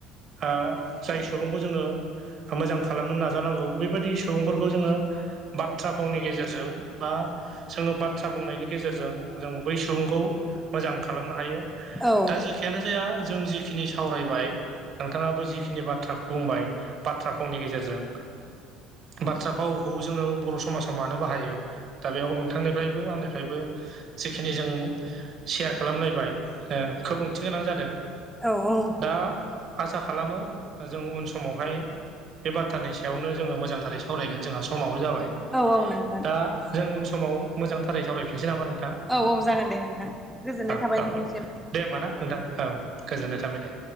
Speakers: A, on the right; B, in the centre.
A: आ जाय सुबुंखौ जोङो मोजां खालामनो नाजानांगौ बेबायदि सुबुंफोरखौ जोङो बाथ्रा फावनि गेजेरजों बा जोङो बाथ्रा बुंनायनि गेजेरजों जों बै सु सुबुंखौ मोजां खालामनो हायो।
B: औ
A: दा जिखि खियानो जाया जों जिखिनि सावरायबाय नोंथाङाबो जिखिनि जिखिनि बाथ्राखौ बुंबाय बाथ्रा फावनि गेजेरजों बाथ्रा फावखौ जोङो बर' समाजाव मानो बाहायो? दा बेयाव नोंथांनिफ्रायबो आंनिफ्रायबो जिखिनि जों सेयार खालामलायबाय ओ खोब ओंथि गोनां जादों
B: औ -औ
A: दा आसा खालामो जों उन समावहाय बे बाथ्रानि सायावनो जोङो मोजांथारै सावरायगोन जोंहा समाबो जाबाय
B: औ नोंथां
A: दा जों उन समाव मोजांथारै सावरायफिनसै नामा नोंथां?
B: औ औ जागोन दे नोंथां। गोजोननाय
A: औ
B: थाबाय
A: औ
B: नोंथांनिसिम
A: औ दे होमबा ना नोंथां औ गोजोननाय थाबाय दे।